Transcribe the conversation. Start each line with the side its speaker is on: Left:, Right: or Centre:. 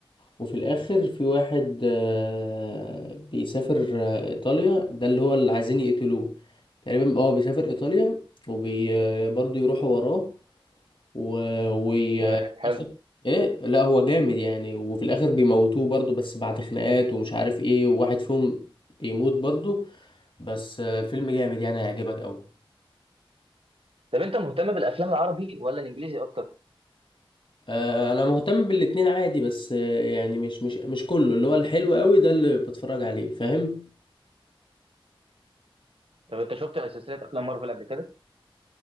Left: وفي الاخر في واحد آه، بيسافر آه، ايطاليا ده اللي هو اللي عايزين يقتلوه تقريبا اه بيسافر ايطاليا وبرضه يروحوا وراه و... وي...
Right: تمام
Left: آه،
Right: حلو
Left: ايه لا هو جامد يعني وفي الاخر بيموتوه برضه بس بعد خناقات ومش عارف ايه وواحد فيهم بيموت برضه بس آه، فيلم جامد يعني هيعجبك قوي
Right: طب انت مهتم بالافلام العربي ولا الانجليزي اكتر
Left: آه، انا مهتم بالاتنين عادي بس آه، يعني مش مش مش كله اللي هو الحلو قوي ده اللي بتفرج عليه فاهم
Right: طب انت شفت سلسله افلام مارفل قبل كده